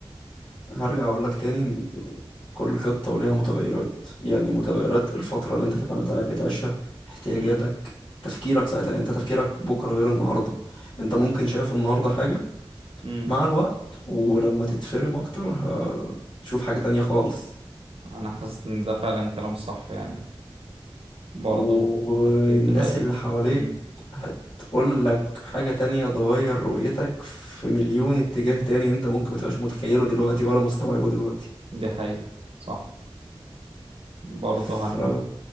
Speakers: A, on the left; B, on the right.
A: هرجع أقول لك تاني إن كل خطة وليها متغيرات يعني متغيرات الفترة اللي انت تبقى بتع- بتعيشها احتياجاتك
B: امم
A: تفكيرك ساعتها يعني انت تفكيرك بكرة غير النهاردة انت ممكن شايف النهاردة حاجة
B: امم
A: مع الوقت ولما تتفرم اكتر هتشوف حاجة تانية خالص
B: انا حاسس ان ده فعلا كلام صح يعني برضو
A: والناس
B: التفكير دلوقتي
A: اللي حواليك
B: امم
A: هتقول لك حاجة تانية تغير رؤيتك في مليون اتجاه تاني انت ممكن متبقاش متخيله دلوقتي ولا مستوعبه دلوقتي
B: دي حقيقة صح برضو
A: ف
B: هن